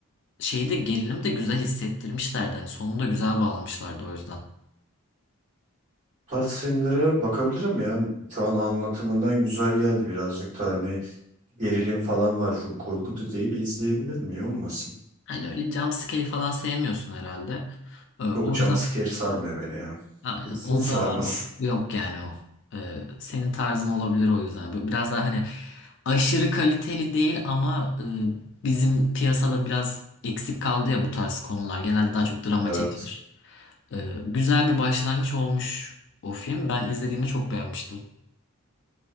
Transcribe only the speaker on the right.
tarz filmlere bakabilirim ya. Şu an anlatımından güzel geldi birazcık da hani gerilim falan var. Full korku da değil. İzleyebilirim. Niye olmasın?
Yok jumpscare
sarmıyor beni ya.
Hiç,
hiç sarmaz.
Evet.